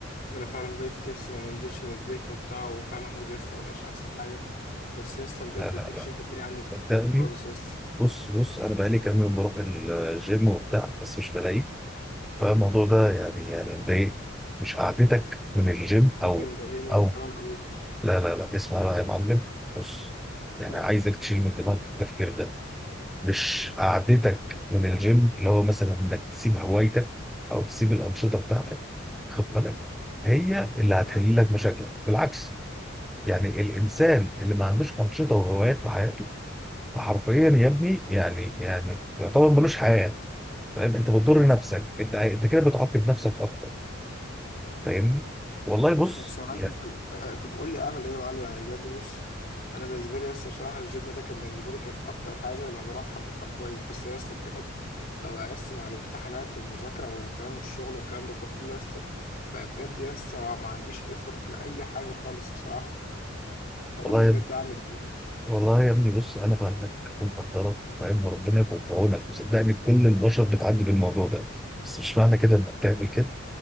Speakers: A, on the left; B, in the centre.
A: ان انا فعلا بقيت لسه ما بنزلش من البيت وبتاع وفعلا مودي لسه ما بقاش احسن حاجه بس لسه
B: لا
A: بجد
B: لا
A: اديك
B: لا
A: شايف الدنيا عندي
B: صدقني
A: خالص لسه
B: بص بص انا بقالي كام يوم بروح الجيم وبتاع بس مش بلاقيك فالموضوع ده يعني يعني مضايق مش قعدتك من الجيم او
A: الدنيا مضايقاني انا
B: او
A: كمان قوي
B: لا لا لا اسمع بقى يا معلم بص يعني
A: مم.
B: عايزك تشيل من دماغك التفكير ده مش قعدتك من الجيم اللي هو مثلا انك تسيب هوايتك او تسيب الانشطه بتاعتك
A: مم.
B: خد بالك هي اللي هتحل
A: اه
B: لك مشاكلك بالعكس يعني الانسان اللي ما عندوش انشطه وهوايات في حياته فحرفيا يا ابني يعني يعني يعتبر ملوش حياه فاهم انت بتضر
A: ايوه
B: نفسك انت انت كده بتعاقب نفسك اكتر فاهمني والله بص
A: بس يا معلم
B: يعني
A: طب آه، طب قول لي اعمل ايه يا معلم يعني بجد بص انا بالنسبه لي لسه بصراحه الجيم ده كان بالنسبه لي كانت اكتر حاجه لما بروحها ببقى كويس بس لسه بجد ببقى لسه مع الامتحانات والمذاكره وفاهم والشغل والكلام ده كله لسه بقى بجد لسه ما عنديش ايفورت لاي حاجه خالص بصراحه فقول
B: والله
A: لي بجد
B: يا
A: اعمل ايه
B: والله يا ابني بص انا فاهمك ومقدرك فاهم وربنا يكون في عونك وصدقني كل البشر بتعدي بالموضوع ده بس مش معنى كده انك تعمل كده